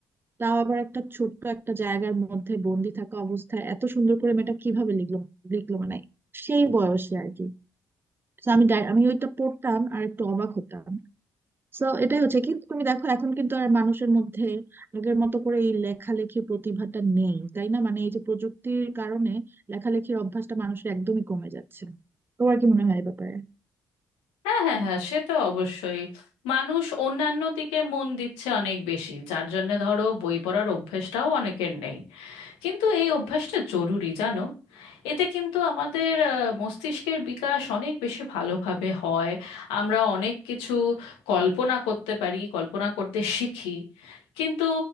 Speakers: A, on the right; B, on the left.
A: তাও আবার একটা ছোট্ট একটা জায়গার মধ্যে বন্দি থাকা অবস্থায় এত সুন্দর করে মেয়েটা কিভাবে লিখলো লিখলো মানে সেই বয়সে আর কি তো আমি ডায়- আমি ওইটা পড়তাম আর একটু অবাক হতাম তো এটাই হচ্ছে কিন্তু তুমি দেখো এখন কিন্তু আর মানুষের মধ্যে আগের মতো করে এই লেখালেখির প্রতিভাটা নেই তাই না মানে এই যে প্রযুক্তির কারণে লেখালেখির অভ্যাসটা মানুষের একদমই কমে যাচ্ছে তোমার কি মনে হয় এ ব্যাপারে
B: হ্যাঁ হ্যাঁ হ্যাঁ সে তো অবশ্যই মানুষ অন্যান্য দিকে মন দিচ্ছে অনেক বেশি যার জন্য ধরো বই পড়ার অভ্যেসটাও অনেকের নেই কিন্তু এই অভ্যাসটা জরুরি জানো এতে কিন্তু আমাদের আহ, মস্তিষ্কের বিকাশ অনেক বেশি ভালোভাবে হয় আমরা অনেক কিছু কল্পনা করতে পারি কল্পনা করতে শিখি কিন্তু